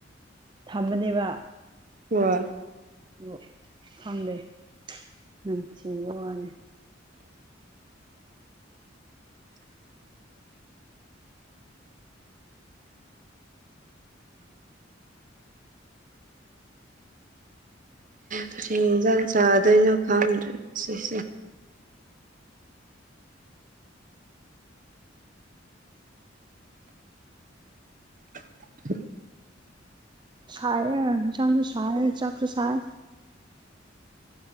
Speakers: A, on the right; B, on the right.
A: ꯊꯝꯕꯅꯦꯕ꯫
B: <unintelligible>
A: ꯑꯗꯨ ꯈꯪꯗꯦ ꯅꯝꯊꯤꯕꯥ ꯋꯥꯅꯦ꯫
B: ꯀꯔꯤ ꯏꯟꯁꯥꯡ ꯆꯥꯗꯣꯏꯅꯣ ꯈꯪꯗ꯭ꯔꯦ ꯁꯤꯁꯦ꯫ <inaudible>
A: ꯁꯥꯏꯌꯦ ꯏꯟꯁꯥꯡꯁꯨ ꯁꯥꯏ ꯆꯥꯛꯁꯨ ꯁꯥꯏ